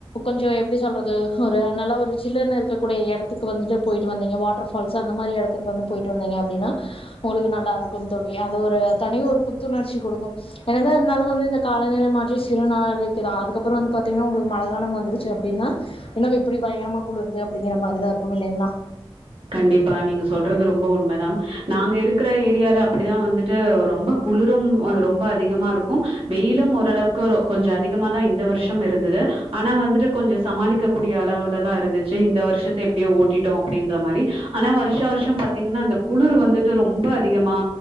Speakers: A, on the left (about 65°); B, on the right (about 65°).
A: கொஞ்சோ எப்டி சொல்றது ஒரு நல்ல ஒரு ஜில்லுனு க்கக்கூடிய எடத்துக்கு வந்துட்டு போயிட்டு வந்தீங்க வாட்டர் ஃபால்ஸ் அந்த மாரி எடத்துக்கு வந்து போயிட்டு வந்தீங்க அப்படின்னா உங்களுக்கு நல்லா இருக்கும் தோழி அது ஒரு தனி ஒரு புத்துணர்ச்சி குடுக்கும் என்னதா இருந்தாலு வந்து இந்த காலநிலை மாற்றி சிறு நாளைக்குக்குதா அதுக்கப்பறொ வந்து பாத்திங்கனா உங்களுக்கு மழ காலம் வந்துருச்சு அப்படின்னா என்னங்க இப்டி பயங்கரமா குளுருது டிங்கிற மாரிதா இருக்கும் இல்லைங்ளா
B: கண்டிப்பா. நீங்க சொல்றது ரொம்ப உண்மதான். நாங்க இருக்கிற ஏரியால அப்டிதா வந்துட்டு ரொம்ப குளுரு அ ரொம்ப அதிகமா இருக்கு வெயிலும் ஓரளவுக்கு ஒரு கொஞ்ச அதிகமா தா இந்த வருஷம் இருந்தது ஆனா வந்துட்டு கொஞ்ச சமாளிக்க கூடிய அளவுலதா இருந்துச்சி இந்த வருஷத்த எப்டியோ ஓட்டிட்டோ அப்டின்ற மாரி ஆனா வருஷ வருஷோ பாத்தீங்கனா அந்த குளிரு வந்துட்டு ரொம்ப அதிகமா